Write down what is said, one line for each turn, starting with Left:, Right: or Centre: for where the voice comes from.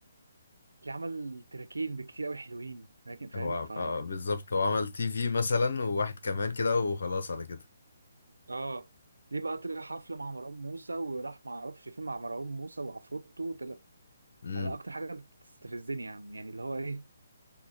Right: اللي عمل تراكين بكتير قوي حلوين لكن فاهم
Left: هو عم-
Right: ف
Left: آه بالظبط هو عمل تي في مثلا وواحد كمان كده وخلاص على كده
Right: اه ليه بقى طلع حفله مع مروان موسى وراح ما اعرفش فين مع مروان موسى وعفروتو طلع
Left: امم
Right: فده اكتر حاجه بتستفزني يعني يعني اللي هو ايه